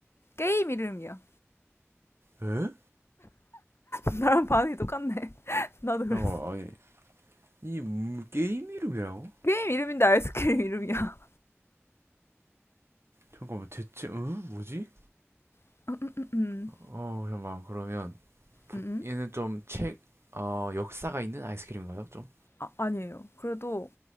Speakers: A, on the left (about 60°); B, on the right (about 60°).
A: 게임 이름이야.
B: 에?
A: <laughs> 나랑 반응이 똑같네. <laughs> 나도 그랬어.
B: 잠깐만, 아니, 이 음, 게임 이름이라고?
A: 게임 이름인데 아이스크림 이름이야.
B: 잠깐만, 대체, 응? 뭐지?
A: <laughs> 음, 음, 음.
B: 어, 잠깐만, 그러면,
A: 음, 음.
B: 얘는 좀 책, 어, 역사가 있는 아이스크림인가요? 좀?
A: 아, 아니에요. 그래도